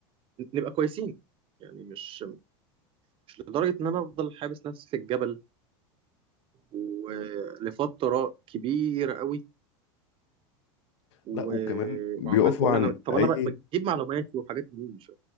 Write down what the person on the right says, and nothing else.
نبقى كويسين يعني مش مش لدرجه ان انا افضل حابس نفسي في الجبل ولفتره كبيره قوي و-
وعمال بقول
انا طب
انا ب- بجيب معلومات وحاجات منين مش